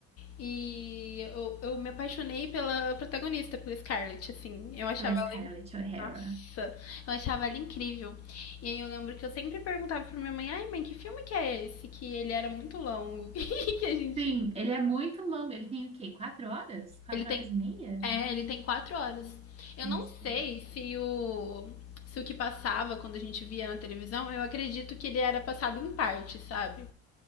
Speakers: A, on the left; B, on the right.
A: E eu, eu me apaixonei pela protagonista, pela Scarlett, assim. Eu achava
B: Pela Scarlett
A: ela,
B: O'Hara.
A: nossa, eu achava ela incrível. E aí eu lembro que eu sempre perguntava pra minha mãe, ai mãe, que filme que é esse? Que ele era muito longo. <laughs> que a gente.
B: Sim, ele é muito longo. Ele tem o quê? Quatro horas? Quatro
A: Ele tem.
B: horas e meia?
A: É, ele tem quatro horas. Eu
B: Nossa.
A: não sei se o. Se o que passava quando a gente via na televisão, eu acredito que ele era passado em parte, sabe?